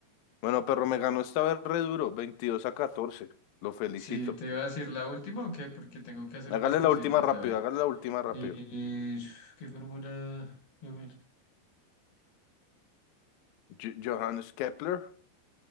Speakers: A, on the left; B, on the left.
A: Bueno, perro, me ganó esta vez re duro, 22 a catorce. Lo felicito.
B: Sí, te iba a decir la última o qué, porque tengo que hacer
A: Hágale
B: unas cositas,
A: la última rápido,
B: David.
A: hágale la última rápido.
B: Eh, ¿qué fórmula? A ver.
A: Jo- Johannes Kepler.